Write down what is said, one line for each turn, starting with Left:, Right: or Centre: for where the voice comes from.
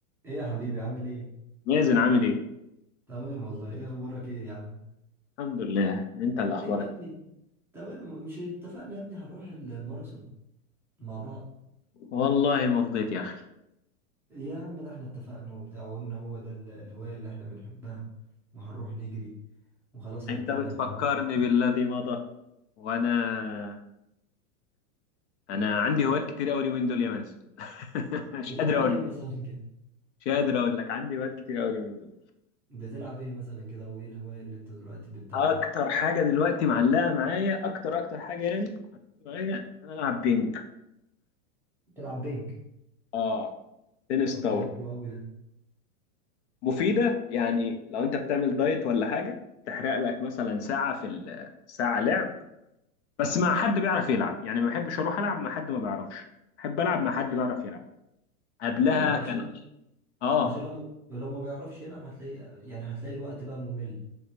Centre: ايه يا حبيبي عامل ايه؟
Left: مازن عامل ايه؟
Centre: تمام والله ايه اخبارك ايه يا عم؟
Left: الحمد لله انت اللي اخبارك
Centre: ايه يا ابني؟ تمام مش اتفقنا يا ابني هنروح ال- الماراثون مع بعض
Left: والله ما فضيت يا اخي
Centre: يا عم ده احنا اتفقنا وبتاع وقلنا هو ده ال- الهواية اللي احنا بنحبها وهنروح نجري وخلاص حددنا
Left: انت بتفكرني
Centre: الميعاد
Left: بالذي مضى وانا انا عندي هوايات كتير قوي اليومين دول يا مازن <laughs>
Centre: بتعمل
Left: مش قادر اقول
Centre: ايه
Left: لك
Centre: مثلا كده؟
Left: مش قادر اقول لك عندي هوايات كتير قوي اليومين دول
Centre: بتلعب ايه مثلا كده وايه الهواية اللي انت دلوقتي بتتابعها؟
Left: اكتر حاجه دلوقتي معلقه معايا اكتر اكتر حاجه يعني معلقة معايا إن انا العب بينج
Centre: بتلعب بينج
Left: اه تنس
Centre: طب
Left: طاوله
Centre: حلو قوي ده
Left: مفيده يعني لو انت بتعمل دايت ولا حاجه تحرق لك مثلا ساعه في ال- ساعه لعب بس مع حد بيعرف يلعب يعني ما بحبش اروح العب مع حد ما بيعرفش بحب العب مع حد بيعرف يلعب قبلها
Centre: فاهمك
Left: كان
Centre: عشان
Left: اه
Centre: عشان لو ما لو ما بيعرفش يلعب هتلاقي يعني هتلاقي الوقت بقى ممل